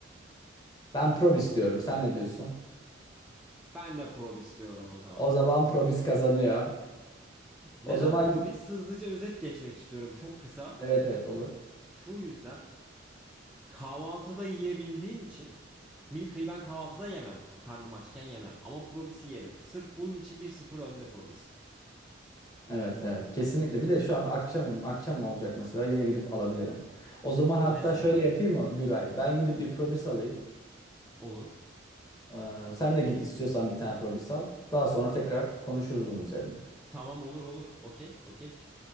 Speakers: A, on the left (about 20°); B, in the centre.
A: Ben Probis diyorum. Sen ne diyorsun?
B: Ben de Probis diyorum o zaman.
A: O zaman Probis kazanıyor.
B: Neden
A: O zaman
B: Probis? Hızlıca özet geçmek istiyorum. Çok kısa.
A: evet evet olur.
B: Şu yüzden kahvaltıda yiyebildiğin için Milka'yı ben kahvaltıda yemem. Karnım açken yemem. Ama Probis'i yerim. Sırf bunun için bir sıfır önde Probis.
A: Evet evet kesinlikle. Bir de şu an akşam akşam olacak mesela yine gidip alabilirim. O zaman hatta
B: Mesela.
A: şöyle yapayım mı Güray? Ben gidip bir Probis alayım.
B: Olur.
A: Ee, sen de git istiyorsan bir tane Probis al. Daha sonra tekrar konuşuruz bunun üzerine.
B: Tamam olur olur. Okey. Okeydir.